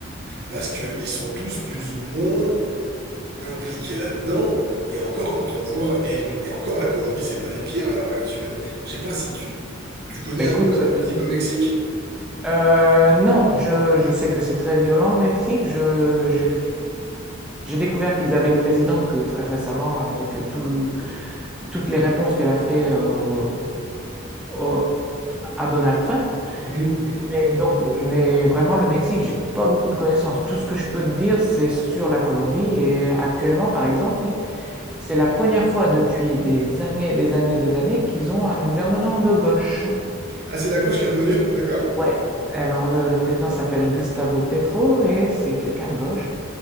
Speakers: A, on the right; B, in the centre.
A: Parce qu'ils sont tous plus ou moins impliqués là-dedans, et encore quand on voit, et,
B: Oui.
A: et encore la Colombie, c'est pas les pires à l'heure actuelle. Je sais pas si tu, tu connais
B: Bah,
A: un
B: Écoute,
A: peu la politique au Mexique?
B: euh, non, je, je sais que c'est très violent le Mexique. Je, j'ai- J'ai découvert qu'ils avaient une présidente que très récemment, avec tout- toutes les réponses qu'elle a fait au- au- à Donald Trump.
A: Mhm, mhm.
B: Mais donc, mais vraiment, le Mexique, j'ai pas beaucoup de connaissances. Tout ce que je peux te dire, c'est sur la Colombie. Et actuellement, par exemple, c'est la première fois depuis des années, des années, des années qu'ils ont un gouvernement de gauche.
A: Ah, c'est la gauche qui est revenue, d'accord.
B: Ouais. Alors, le, le président s'appelle Gustavo Petro et c'est quelqu'un de gauche.